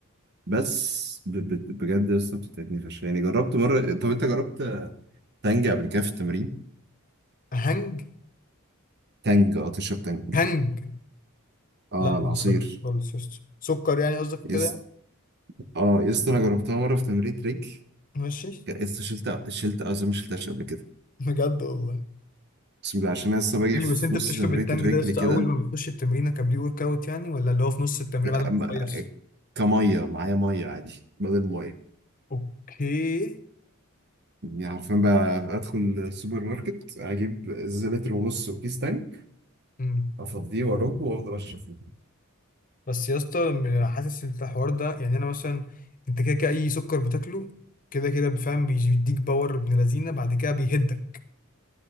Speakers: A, on the right (about 50°); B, on the left (about 40°).
A: بس ب- ب- بجد لسه بتتعبني فشخ يعني جربت مرة طب انت جربت تانج قبل كده في التمرين
B: هنج
A: تانج اه تشرب تانج
B: هنج
A: اه
B: لا ما
A: العصير
B: جربتش خالص يا اسطى سكر يعني قصدك وكده
A: يس
B: يعني
A: اه يس انا جربتها مرة في تمرين رجل
B: ماشي
A: ك- يس شلت شلت اه زي ما شلتهاش قبل كده
B: <laughs> بجد والله
A: بسم الله عشان أنا لسه باجي
B: يعني
A: في
B: بس انت
A: نص
B: بتشرب
A: تمرين
B: التانج
A: الرجل
B: ده يا اسطى
A: كده
B: اول ما بتخش التمرينه كبري ورك اوت يعني ولا اللي هو في نص التمرين
A: أما-
B: بعد ما تخلص
A: كمية معايا مية عادي بدل مية
B: اوكي
A: يعني عارفين بقى ادخل السوبر ماركت اجيب ازازه لتر ونص وكيس تانك
B: مم.
A: افضيه وارج وافضل اشرب فيه
B: بس يا اسطى م- حاسس ان الحوار ده يعني انا مثلا انت كده كده اي سكر بتاكله كده كده بفهم بيديك باور ابن لذينه بعد كده بيهدك